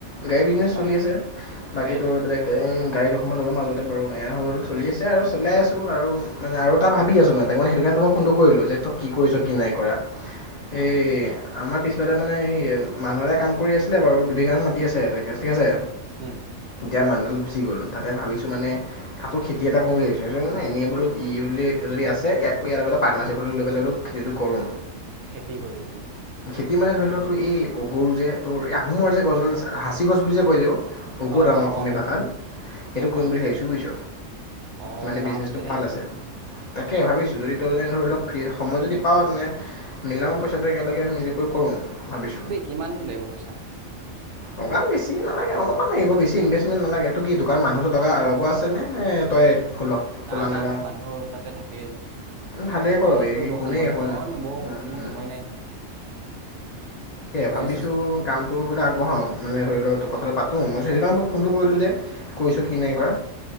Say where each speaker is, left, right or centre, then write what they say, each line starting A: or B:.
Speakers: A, on the left; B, on the right.
A: গাড়ী বিজনেছ চলি
B: অ
A: আছে। বাকীতো
B: গাড়ীটোৱে
A: বাক গ গাড়ী দুখনমান হ'লঁ মাজতে বাৰু এয়া হ'ল চলি আছে আৰু চাই আছোঁ আৰু মানে আৰু এটা ভাবি আছোঁ মানে। তাক মে সেইটো কাৰণে মই ফোনটো কৰিলোঁ যে তই কি কৰিছ কি নাই কৰা।
B: অ
A: এই আমাৰ পিছফাল মানে এই মানুহ এটা কাম কৰি আছিলে বাৰু দুবিঘান মাতি আছে তাতে ঠিক আছে
B: উম
A: এতিয়া মানুহ গুচি গ'ল তাতে ভাবিছোঁ মানে তাতো খেতি এটা কৰো বুলি ভাবিছোঁ ন এনেই বোলো ই বুলি যদি আছে ইয়াক ইয়াৰ লগতে পাৰ্টনাৰশ্বিপ লৈ পেলাই বোলো খেতিটো কৰোঁ
B: খেতি কৰিবি
A: কি মানে ধৰি লওতো এই অ গৰু যে তো এই আহোমৰ যে গছডাল সাঁচি গছ বুলি যে কয় যেও
B: অ
A: আমাৰ
B: অ
A: অসমীয়া
B: অ সেইবোৰ
A: ভাষাত সেইটো
B: অ
A: কৰিম
B: অ
A: বুলি ভাবিছোঁ বুয়িছ
B: অ
A: মানে
B: লাভ
A: বিজনেচটো
B: দেই
A: ভাল
B: এইটো
A: আছে তাকে ভাবিছোঁ যদি তই যনে ধৰি অলপ ফ্ৰী সময় যদি পাৱওঁ তেনে মিলাওঁ পইচাটো একেলগে মিলি কৰিব পাৰোঁ ভাবিছোঁ
B: কিমান নো লাগিব পইচা
A: লগাম বেছি নেলাগে অলপমান লাগিব বেছি ইনভেষ্টমেণ্ট নালাগে এইটো কি কাৰণ মানুহ লগ লগোৱা আছে ন নে তই খোল খোলা
B: না
A: মেলা
B: না মানুহ তাতে থাকেই
A: ভালেই
B: মই
A: কৰ
B: ক'ত
A: বে
B: বহিব
A: কোনেই
B: সময় আছে
A: হোৱা
B: মই
A: নাই।
B: নবহো মোৰ সময় নাই মই
A: ভাবিছো
B: এই
A: কামটো বোলে আগবঢ়াও মানে ধৰি লওক কথা ভাল পাতোঁ মই সেই কাৰণে ফোনটো কৰিলোঁ যে কৰিছোঁ কি নাই কৰা